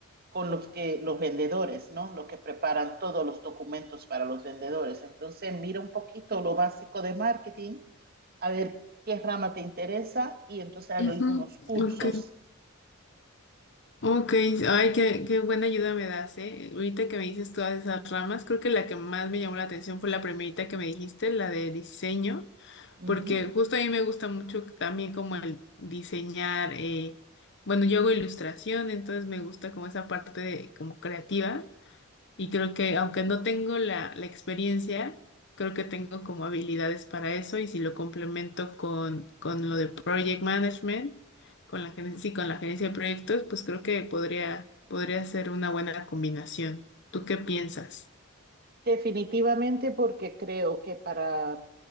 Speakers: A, on the right; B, on the left.
A: con los que los vendedores, ¿no? Los que preparan todos los documentos para los vendedores. Entonces, mira un poquito lo básico de marketing, a ver qué rama te interesa y entonces hay
B: Ujú,
A: algunos cursos.
B: Ok. Ok. Ay, qué, qué buena ayuda me das, ¿eh? Ahorita que me dices todas esas ramas, creo que la que más me llamó la atención fue la primerita que me dijiste, la de diseño,
A: Uh
B: porque
A: -huh.
B: justo a mí me gusta mucho también como el diseñar, eh, bueno, yo hago ilustración, entonces me gusta como esa parte de, como creativa. Y creo que aunque no tengo la, la experiencia, creo que tengo como habilidades para eso y si lo complemento con, con lo de project management, con la gerencia, sí, con la gerencia de proyectos, pues creo que podría, podría ser una buena combinación. ¿Tú qué piensas?
A: Definitivamente porque creo que para